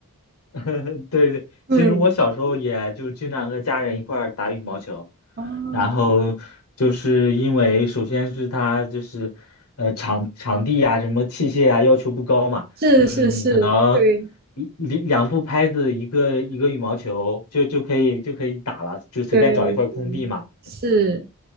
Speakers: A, on the left; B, on the right.
A: <laughs> 对对，
B: 对，
A: 其实我小时候也就经常和家人一块儿打羽毛球。
B: 哦，
A: 然后就是因为首先是它就是呃场场地呀、什么器械啊要求不高嘛，
B: 是是是，
A: 就是你可能
B: 对
A: 一两两副拍子一个一个羽毛球就就可以就可以打了，就随便找一块空地嘛。
B: 对是，